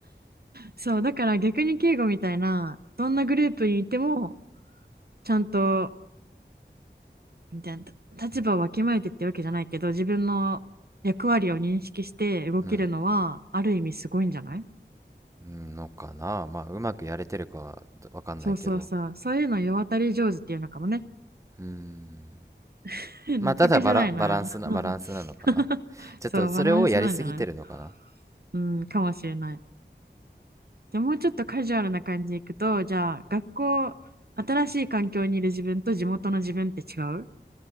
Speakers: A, on the right (about 55°); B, on the right (about 15°).
A: そうだから逆に敬語みたいなどんなグループにいてもちゃんとみたいな立場をわきまえてってわけじゃないけど自分の役割を認識して動けるのはある意味すごいんじゃない
B: うんうんのかなまあうまくやれてるかはわかんないけど
A: そうそうそうそういうの世渡り上手っていうのかもね
B: うん
A: <laughs> 納得じゃないな
B: まあただバラ、バランスなバランスなのかな
A: <laughs>
B: ちょっとそれをやりすぎてるのかな
A: そうバランスなんじゃないうんかもしれないでもうちょっとカジュアルな感じでいくとじゃあ学校新しい環境にいる自分と地元の自分って違う